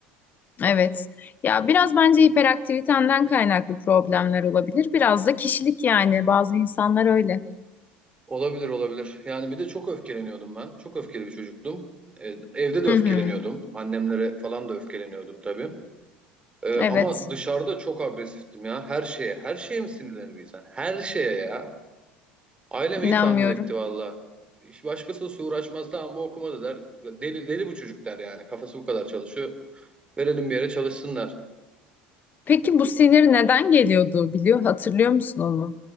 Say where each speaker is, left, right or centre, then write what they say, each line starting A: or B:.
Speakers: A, on the left; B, on the right.
A: Evet. Ya biraz bence hiperaktivitenden kaynaklı problemler olabilir. Biraz da kişilik yani. Bazı insanlar öyle.
B: Olabilir olabilir. Yani bir de çok öfkeleniyordum ben. Çok öfkeli bir çocuktum. Ee, evde de
A: Hı
B: öfkeleniyordum.
A: hı.
B: Annemlere falan da öfkeleniyordum tabii. Ee, ama
A: Evet.
B: dışarıda çok agresiftim ya. Her şeye. Her şeye mi sinirlenir bir insan? Her şeye ya. Ailem iyi
A: İnanmıyorum.
B: tahmin etti valla. Hiç başkası uğraşmaz. Tamam bu okumadı der. Deli, deli bu çocuk der yani. Kafası bu kadar çalışıyor. Verelim bir yere çalışsınlar.
A: Peki bu sinir neden geliyordu biliyor? Hatırlıyor musun onu?